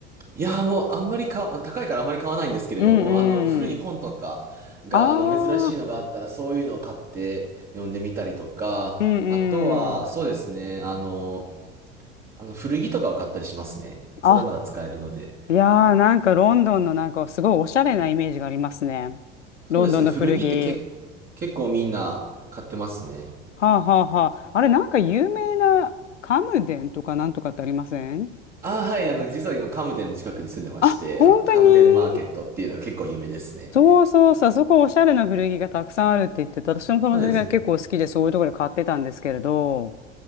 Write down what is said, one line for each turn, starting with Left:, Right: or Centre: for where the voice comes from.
Right: いやーもうあんまり買わ、高いからあまり買わないんですけれども、
Left: うんうん。
Right: あの、古い本とかが、
Left: ああ、
Right: あの、珍しいのがあったら、そういうのを買って読んでみたりとか、
Left: うんうん。
Right: あとは、そうですね、あの、あの、古着とかを買ったりしますね。それはまだ使えるので。
Left: あ、いやー、なんかロンドンのなんかすごいおしゃれなイメージがありますね。ロンドンの古着。
Right: そうですね、古着ってけ、結構みんな買ってますね。
Left: はあはあはあ。あれ、なんか有名なカムデンとかなんとかってありません
Right: ああ、はい、あの、実は今、カムデンの近くに住んでまして、
Left: あ、本当に
Right: あの、カムデンマーケットっていうのが結構有名ですね。
Left: そうそうそう、あそこおしゃれな古着がたくさんあるって言ってて、私の友達が結構好きでそういうところで買ってたんですけれど。
Right: そうですね。